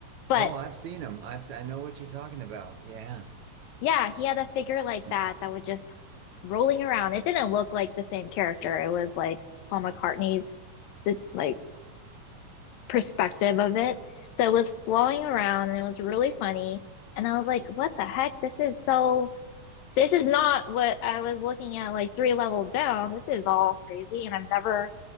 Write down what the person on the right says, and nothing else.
Oh, I've seen him. I've s- i have I know what you're talking about. Yeah.
<clears throat>